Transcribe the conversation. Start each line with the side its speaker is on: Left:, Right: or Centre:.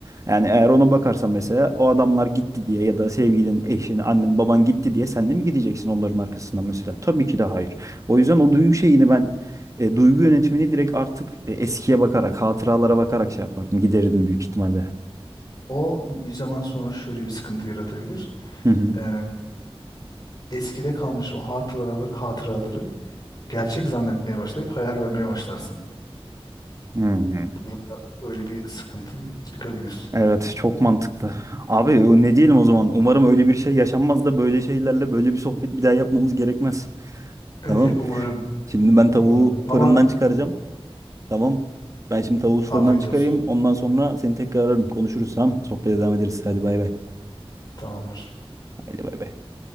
Right: Yani eğer ona bakarsan mesela o adamlar gitti diye ya da sevgilin, eşin, annen, baban gitti diye sen de mi gideceksin onların arkasından mesela? Tabii ki de hayır. O yüzden o duygu şeyini ben e, duygu yönetimini direkt artık e, eskiye bakarak, hatıralara bakarak şey yapardım. Giderirdim büyük ihtimalle.
Left: O bir zaman sonra şöyle bir sıkıntı yaratabilir.
Right: Hı hı.
Left: Ee, eskide kalmış o hatıraları, hatıraları gerçek zannetmeye başlayıp hayal görmeye başlarsın.
Right: Hmm.
Left: Bu durumda öyle bir sıkıntı çıkabilir.
Right: Evet, çok mantıklı. Abi o ne diyelim o zaman? Umarım öyle bir şey yaşanmaz da böyle şeylerle böyle bir sohbet bir daha yapmamız gerekmez.
Left: <laughs>
Right: Tamam.
Left: Umarım,
Right: Şimdi ben tavuğu
Left: umarım. Ama
Right: fırından çıkaracağım. Tamam. Ben şimdi tavuğu fırından
Left: afiyet
Right: çıkarayım.
Left: olsun.
Right: Ondan sonra seni tekrar ararım. Konuşuruz tamam. Sohbete devam ederiz. Hadi bay bay.
Left: Tamamdır.
Right: Hadi bay bay.